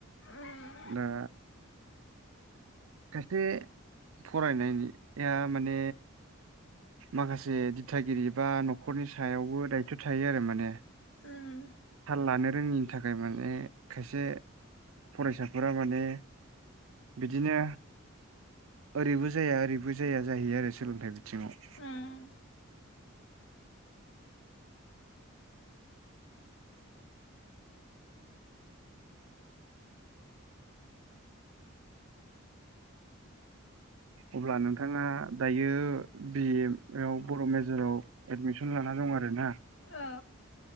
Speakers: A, on the left; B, on the right.
A: उम
B: दा सायसे फरायनाया माने माखासे दिथागिरि बा न'खरनि सायावबो दायथ' थायो आरो माने
A: उम
B: थाल लानो रोङिनि थाखाय माने खायसे फरायसाफोरा माने बिदिनो ओरैबो जाया ओरैबो जाया जाहैयो आरो सोलोंथाइ बिथिङाव
A: उम
B: अब्ला नोंथाङा दायो बि ए आव बर' मेजराव एडमिसन लाना दं आरोना
A: औ